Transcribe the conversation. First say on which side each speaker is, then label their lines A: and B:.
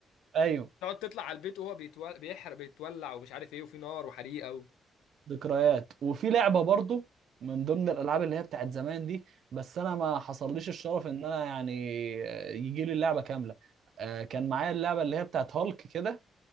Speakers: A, on the right (about 70°); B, on the left (about 85°).
A: ايوه
B: تقعد تطلع على البيت وهو بيتول... بيحرق بيتولع ومش عارف ايه وفي نار وحريقه و...
A: ذكريات وفي لعبه برضو من ضمن الالعاب اللي هي بتاعت زمان دي بس انا ما حصلليش الشرف ان انا يعني آه، يجي لي اللعبه كامله آه، كان معايا اللعبه اللي هي بتاعت هالك كده